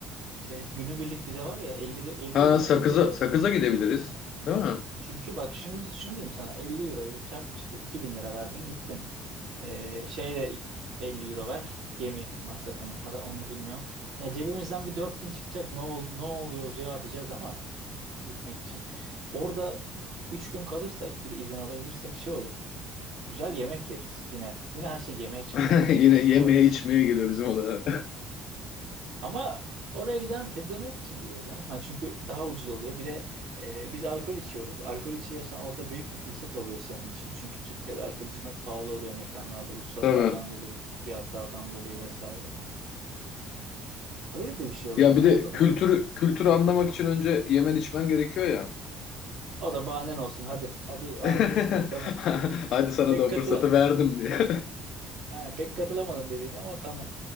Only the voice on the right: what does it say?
şey, günübirlik vize var ya 50, do- 50
euro
veriyorlar.
Çünkü bak şunu, şunu diyeyim sana 50 euro ile çarp işte 2000 lira verdin gittin. Ee, şeyde ik- 50 euro ver gemi masrafını. Hadi onu bilmiyorum. Ya cebimizden bir 4000 çıkacak. Ne ol, ne oluyoruz ya diyeceğiz ama gitmek için. Orada 3 gün kalırsak bir de izin alabilirsek şey olur. Güzel yemek yeriz yine. Yine her şey yemeğe çıkıyor
ya. Ne
pis
boğazız.
Ama oraya giden herkes yemek için gidiyor canım. Ha, çünkü daha ucuz oluyor. Bir de e, biz alkol içiyoruz. Alkol içiyorsan orada büyük bir fırsat oluyor senin için. Çünkü Türkiye'de alkol içmek pahalı oluyor mekanlarda. Ruhsatlardan
dolayı, fiyatlardan dolayı vesaire. Öyle de bir şey oluyor.
Yani
onu, onu-
o da bahanen olsun. Hadi hadi anlayayım
seni tamam.
Pek
katıl
Aynen, pek katılamadım dediğine ama tamam.